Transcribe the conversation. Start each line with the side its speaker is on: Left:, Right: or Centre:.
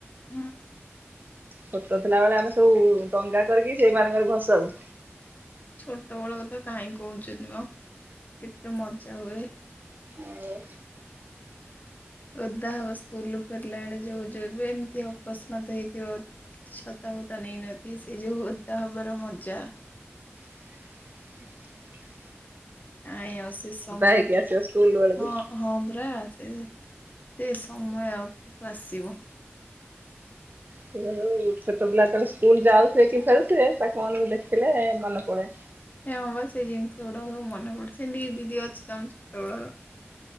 Left: ହୁଁ।
Right: ଛୋଟ ଥିଲା ବେଳେ ଆମେ ସବୁ ଡଙ୍ଗା କରିକି ସେଇ ମାନଙ୍କର ଭସଉ।
Left: ଛୋଟ ବେଳ କଥା କାହିଁ କହୁଛନ୍ତି ମ କେତେ ମଜା ହୁଏ।
Right: ଆଉ
Left: ଓଦା ହବ ସ୍କୁଲୁ ଫେରିଲା ବେଳେ ଯଉ ଯେବେ ଏମିତି ଅକସମାତ ହେଇଥିବ। ଛତା ଫତା ନେଇନ ଥିବେ ସେ ଯୋଉ ଓଦା ହବାର ମଜା।
Right: ଆ <inaudible>
Left: ଆୟ ସେ ସମୟ
Right: ହେଇକି ଆସିବ ସ୍କୁଲ ବେଳକୁ।
Left: ହଁ ହଁ ପରା ସେ ସେ ସମୟ ଆଗକୁ ଆସିବ।
Right: ସେ ଛୋଟ ପିଲା ଯେତେବେଳେ ସ୍କୁଲ ଯାଉଥିବେ କି ଫେରୁଥିବେ ତାଙ୍କ ମାନଙ୍କୁ ଦେଖିଲେ ମନେ ପଡେ।
Left: ହେ ହଁ ବା ସେ ଜିନିଷ ଗୁଡାକ ସବୁ ମନେ ପଡୁଛି ଦିଦି ଅଛି ତମ ଛୋଟବେଳର